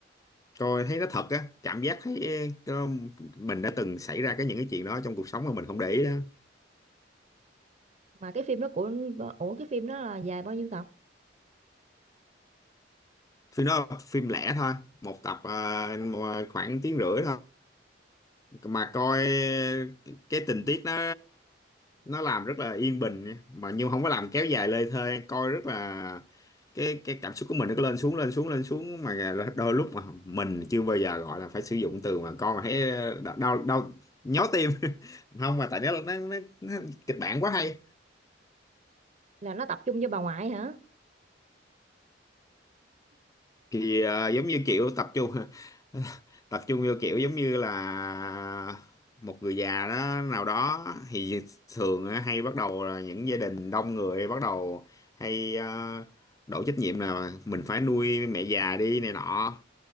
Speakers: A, on the left (about 20°); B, on the right (about 40°).
A: coi thấy nó thật á cảm giác thấy ờ, mình đã từng xảy ra cái những cái chuyện đó trong cuộc sống mà mình không để ý đó
B: mà cái phim đó của ủa cái phim đó là dài bao nhiêu tập
A: phim đó là phim lẻ thôi một tập ờ, khoảng tiếng rưỡi thôi mà coi cái tình tiết nó nó làm rất là yên bình nha. mà nhưng không có làm kéo dài lê thê coi rất là cái cái cảm xúc của mình nó cứ lên xuống lên xuống lên xuống mà đôi lúc mà mình chưa bao giờ gọi là phải sử dụng từ mà con mà thấy đau đau, đau nhói tim <laughs> không mà tại nó nó, nó, nó kịch bản quá hay
B: là nó tập trung cho bà ngoại hả
A: thì ờ, giống như kiểu tập trung <laughs> tập trung vô kiểu giống như là một người già đó nào đó thì thường á, hay bắt đầu là những gia đình đông người bắt đầu hay ờ, đổ trách nhiệm là mình phải nuôi mẹ già đi này nọ